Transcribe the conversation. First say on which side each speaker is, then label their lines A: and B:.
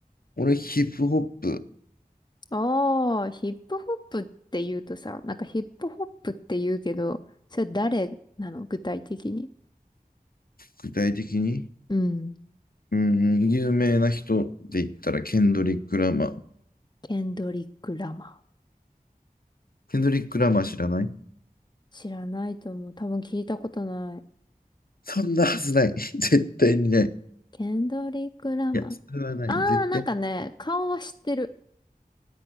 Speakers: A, on the left; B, on the left.
A: 俺、ヒップホップ、
B: ああ、ヒップホップって言うとさ、なんかヒップホップって言うけど、それ誰なの具体的に。
A: 具体的に、
B: うん。
A: うん、有名な人で言ったら、ケンドリック・ラマー。
B: ケンドリック・ラマ
A: ケンドリック・ラマー知らない
B: ー。知らないと思う。多分聞いたことない。
A: そんなはずない。<laughs> 絶対にない。い
B: ケンドリック・ラマー。
A: や、それはない。
B: ああ、
A: 絶対。
B: なんかね、顔は知ってる。